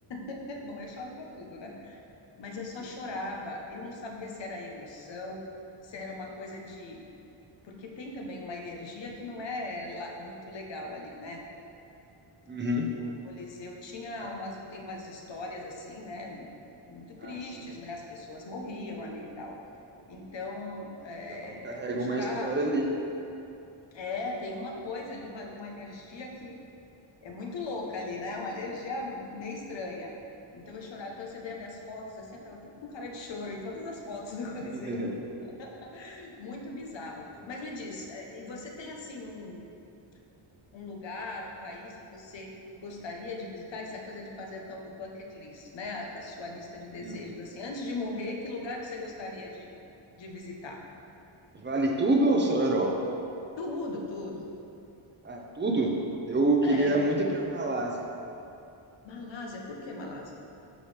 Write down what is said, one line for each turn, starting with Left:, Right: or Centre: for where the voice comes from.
Left: <laughs> Bom, eu choro para tudo, né? Mas eu só
Right: sim.
Left: chorava. Eu não sabia se era emoção, se era uma coisa de. Porque tem também uma energia que não é lá muito legal ali, né?
Right: Uhum.
Left: Que o Coliseu tinha
Right: Ah,
Left: umas, tem umas histórias assim, né? Muito tristes,
Right: ah, sim.
Left: né? As pessoas morriam ali e tal. Então, é,
Right: Também carrega
Left: eu
Right: uma
Left: chorava,
Right: história
Left: chorava.
Right: ali, né?
Left: É, tem uma coisa ali, uma, uma energia que é muito louca ali, né? Uma energia meio estranha. Então eu chorava. Então você vê as minhas fotos assim, eu tava tudo com cara de choro em todas as fotos do Coliseu.
Right: <laughs>
Left: <laughs> Muito bizarro.
Right: Sim.
Left: Mas me diz, é, e você tem assim um, um lugar, um país que você gostaria de visitar? Essa coisa de fazer o tal do bucket list, né? A, a sua lista de desejos,
Right: Hum.
Left: assim, antes de morrer, que lugar que você gostaria de, de visitar?
Right: Vale tudo ou só Europa?
Left: Tudo, tudo.
Right: Ah, tudo? Eu queria
Left: É, qualquer.
Right: muito ir para Malásia.
Left: Malásia, por que Malásia?